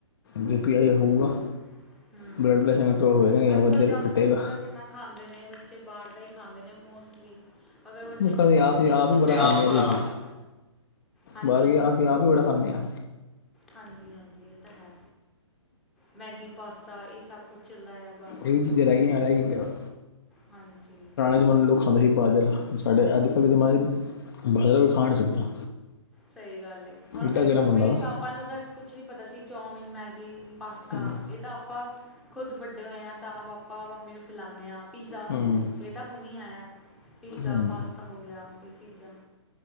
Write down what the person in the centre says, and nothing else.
ਓਕੇ-ਓਕੇ
ਹੂੰ,
ਏ
ਤਾਂ ਹੈ
ਅੱਜ-ਕੱਲ
ਜੰਕ
ਫੂਡ ਵੀ ਤਾਂ ਕਿੰਨਾ ਖਾਂਦੇ ਨੇ ਬੱਚੇ, ਬਾਰ ਦਾ ਈ ਖਾਂਦੇ ਨੇ ਮੋਸਟਲੀ। ਅਗਰ ਬੱਚੇ
ਨੂੰ
ਭੁੱਖ
ਲੱਗੀ ਆ ਬੱਚਾ
ਮੈਗੀ
ਪਾਸਤਾ ਹਾਂਜੀ
ਹਾਂਜੀ-ਹਾਂਜੀ, ਏ ਤਾਂ ਹੈ। ਮੈਗੀ, ਪਾਸਤਾ ਏ ਸਭ ਕੁਛ ਚੱਲਦਾ ਆ। ਬਾਹਰ ਦਾ
ਬਸ
ਹਾਂਜੀ
ਸਈ ਗੱਲ ਐ, ਹੁਨ
ਮੇਰੀ
ਮੰਮੀ-ਪਾਪਾ
ਨੂੰ ਤਾਂ ਕੁਛ ਨਈਂ ਪਤਾ ਸੀ ਚੌਮਿਨ, ਮੈਗੀ ਪਾਸਤਾ,
ਏ ਤਾਂ ਆਪਾਂ ਖੁਦ ਵੱਡੇ ਹੋਏ ਆਂ ਤਾਂ ਪਾਪਾ-ਮਮੀ ਨੂੰ ਖਿਲਾਨੇ ਆਂ ਆਪ। ਪੀਜ਼ਾ,
ਏ ਤਾਂ ਹੁਨ ਈਂ ਆਇਆ। ਪੀਜ਼ਾ,
ਪਾਸਤਾ ਹੋ ਗਿਆ, ਏ ਚੀਜ਼ਾਂ।